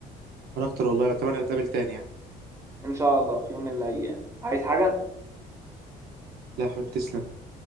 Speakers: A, on the right; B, on the right.
A: وانا اكتر والله اتمنى نتقابل تاني يعني
B: ان شاء الله في يوم من الايام عايز حاجه
A: لا يا حبيبي تسلم